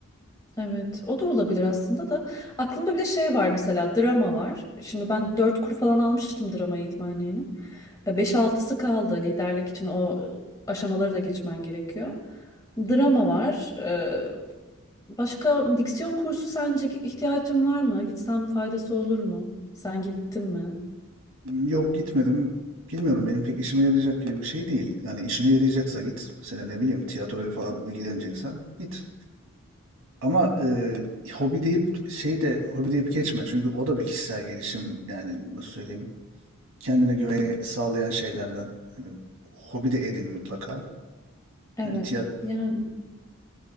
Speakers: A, on the left; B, on the right.
A: Evet, o da olabilir aslında da. Aklımda bir de şey var mesela drama var. Şimdi ben 4 kur falan almıştım drama eğitmenliğini. E, Beş altısı kaldı liderlik için o e, aşamaları da geçmen gerekiyor. Drama var. E, Başka diksiyon kursu sence ihtiyacın var mı? Gitsem faydası olur mu? Sen gittin mi?
B: Yok gitmedim. Bilmiyorum benim pek işime yarayacak gibi bir şey değil. Yani işine yarayacaksa git. Mesela ne bileyim tiyatroyla falan ilgileneceksen git. Ama e, hobi deyip şey de hobi deyip geçme. Çünkü o da bir kişisel gelişim yani nasıl söyleyeyim. Kendine güveni sağlayan şeylerden. Yani hobi de edin mutlaka.
A: Evet.
B: Yani tiyat
A: Yani